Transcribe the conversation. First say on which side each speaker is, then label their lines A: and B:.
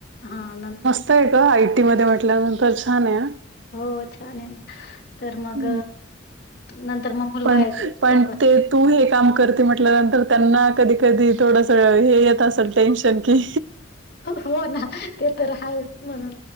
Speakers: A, on the left; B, on the right.
A: हा नंत
B: तो आहे का? आयटी मध्ये म्हटल्यानंतर छान आहे.
A: हो छान आहे ना तर मग
B: हां.
A: नंतर म मुलगा
B: पण
A: येतो तो
B: पण
A: एक वाजता
B: ते तू हे काम करते. म्हटल्यानंतर त्यांना कधी? कधी? थोडंसं हे येत असेल टेन्शन की,
A: हो.. ना. ते तर आहेच म्हणून